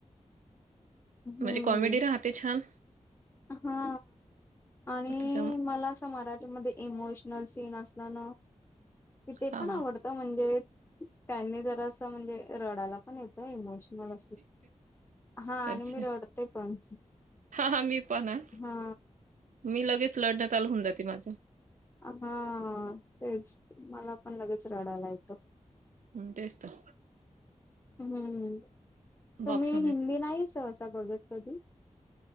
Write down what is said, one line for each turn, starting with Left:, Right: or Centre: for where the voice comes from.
Left: हम्म
Right: म्हणजे कॉमेडी राहते छान!
Left: हा आणि
Right: त्याच्या
Left: मला असं मराठीमध्ये इमोशनल सीन असणार कि ते
Right: हा
Left: पण आवडत. म्हणजे त्यांनी जरा असं म्हणजे रडायला पण येतं इमोशन मला हा आणि
Right: अच्छा
Left: मी रडते पण.
Right: हा हा मी पण आहे,
Left: हा
Right: मी लगेच रडणं चालू होऊन जाते माझं.
Left: हा तेच मला पण लगेच रडायला येत.
Right: ह तेच तर!
Left: हम्म तुम्ही
Right: बॉक्समध्ये
Left: हिंदी नाही सहसा बघत कधी?